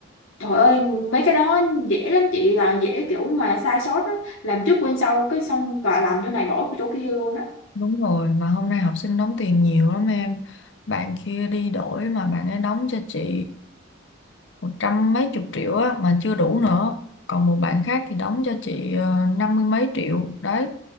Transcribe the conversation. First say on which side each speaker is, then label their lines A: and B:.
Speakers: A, on the left (about 80°); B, on the left (about 60°).
A: trời ơi mấy cái đó dễ lắm chị là dễ kiểu mà sai sót á làm trước quên sau cái xong cả làm chỗ này bỏ chỗ kia luôn á
B: đúng rồi mà hôm nay học sinh đóng tiền nhiều lắm em bạn kia đi đổi mà bạn ấy đóng cho chị một trăm mấy chục triệu á mà chưa đủ nữa còn một bạn khác thì đóng cho chị ờ, năm mươi mấy triệu đấy